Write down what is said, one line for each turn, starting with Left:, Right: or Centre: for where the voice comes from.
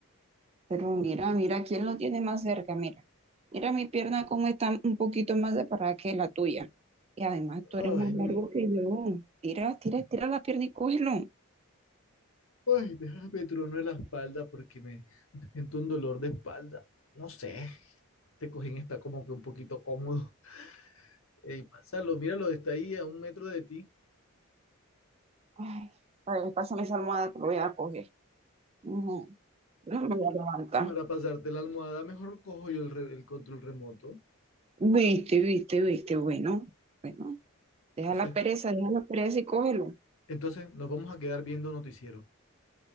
Right: Pero mira, mira, ¿quién lo tiene más cerca? Mira, mira mi pierna cómo está un poquito más separada que la tuya. Y además tú eres
Left: Ay,
Right: más largo
Left: mm,
Right: que yo. Tira, tira, tira la pierna y cógelo.
Left: ay, déjame trono en la espalda porque me <laughs> siento un dolor de espalda. No sé, este cojín está como que un poquito cómodo. Ey, pásalo, míralo, está ahí a un metro de ti.
Right: Ay, a ver, pásame esa almohada que lo voy a coger. No, no me voy a levantar.
Left: Para pasarte la almohada, mejor cojo yo el, re- el control remoto.
Right: Viste, viste, viste, bueno, bueno, deja
Left: O sea,
Right: la pereza, deja la pereza y cógelo.
Left: entonces nos vamos a quedar viendo noticiero.